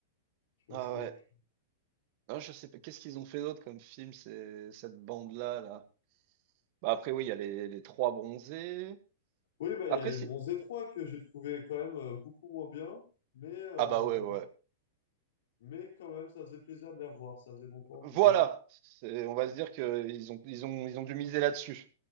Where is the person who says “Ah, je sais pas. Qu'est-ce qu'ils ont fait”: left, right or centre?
Right